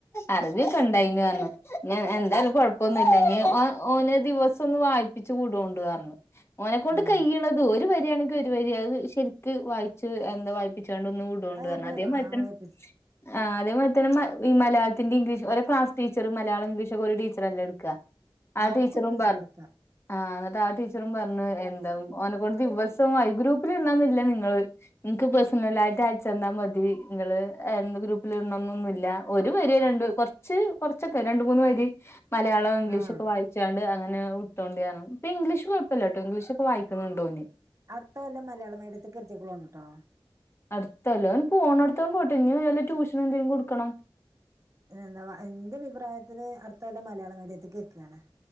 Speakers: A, on the left; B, on the right.
A: അറബിയൊക്കെണ്ടായ്ന് റഞ്ഞു ഞ്ഞെന്തായാലും കൊഴപ്പൊന്നുല്ല ഞ് ഓ ഓനെ ദിവസുംന്ന് വായി ച്ച് വിടോണ്ടു അർഞ്ഞു ഓനെക്കൊണ്ട്
B: ഉം
A: കയ്യ്ണത് ഒരു വരിയാണെങ്കി ഒര് വരി അത് ശെര്ക്ക് വായിച്ച് എന്താ വായിപ്പിച്ചാണ്ട് ഒന്ന് വി ണ്ട്
B: അത്
A: പറഞ്ഞതി
B: നമ്മള്
A: അതേ മാര്ത
B: ആ വായിപ്പിച്ച്
A: ആഹ് അതേ മാര്തന്നെ മ ഈ മലയാളത്തിൻ്റിഗ്ലീഷ് ഓലെ ക്ലാസ് ടീച്ചറ് മലയാളൊ ഇഗ്ലീഷൊക്കെ ഒരു ടീച്ചറല്ലെ എടുക്ക ആ ടീച്ചറും
B: ഒക്കെ ഒരു ടീച്ചർ
A: പർ
B: അടക്ക
A: ആ ന്നട്ടാ ടീച്ച് ച്ചറും പറഞ്ഞ് എന്താ ഓനകൊണ്ട് ദിവസൊ വാ ഗ്രൂപ്പില്ണ്ടാവണന്ന്ല്ല നിങ്ങള് നിക്ക് പേഴ്സണല ആായിട്ട് അയച്ചെന്നാൽ മതി നിങ്ങള് എന്ത് ഗ്രൂപ്പിൽ ഉണ്ടോന്നൊന്നുമല്ല ഒരു വരി രണ്ട്റ കുറച്ച് കുറച്ചൊക്കെ രണ്ട മൂന്ന് വരി മലയാളം ഇംഗ്ലീഷ്
B: ആഹ്
A: ഒക്കെ വായിച്ചാണ്ട് അങ്ങനെ വിട്ടോണ്ടി പറഞ്ഞു ഇപ്പൊ ഇംഗ്ലീഷ് ഇല്ലട്ടോ ഇംഗ്ലീഷൊക്കെ വായിക്കുന്നുണ്ടോന്
B: അട്ത്ത കൊല്ലം മലയാളം മീഡിയത്തിൽ കൃത്തിക്കുള ഉണ്ട് കേട്ടോ
A: അടുത്തല്ലോ പോണടുത്തോ പോട്ടെ ഇനി വല്ല ട്യൂഷൻ എന്തെങ്കിലും കൊടുക്കണം
B: എന്താ എന്റെ അഭിപ്രായത്തില് അടുത്ത വല്ലം മലയാള മീഡിയത്തേക്ക് കേൾക്കുകയാണ്